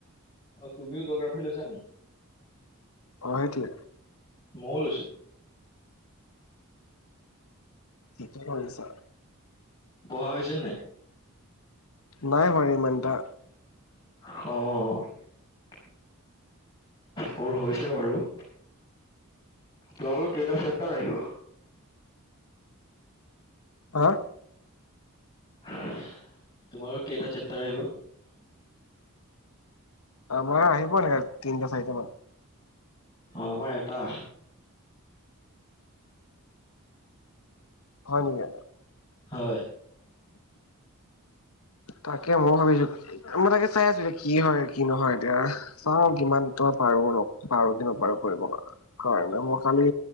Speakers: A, on the left; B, on the left.
A: অ তুমিও জোগ্ৰাফি লৈছা নি?
B: হয় দিয়া।
A: মইও লৈছো।
B: ঠিকেই কৰিছা।
A: পঢ়া হৈছে নে নাই?
B: নাই হয় ইমানটা
A: অ' অ' মোৰ হৈছে বাৰু। তোমালোকৰ কেইটা চেপটাৰ আহিব?
B: হাঁ।
A: <inaudible> তোমাৰো কেইটা চেপ্টাৰ আহিব?
B: আমাৰ আহিব <unintelligible> তিনটা চাৰিটা মান।
A: আমাৰ এটা।
B: হয় নিকি?
A: হয়।
B: তাকে মই ভাবিছো। মই তাকে চাই আছো এতিয়া কি হয়, কি নহয় এতিয়া চাও কিমান পৰো কি নোপাৰো কৰিব কাৰণে, মই কালি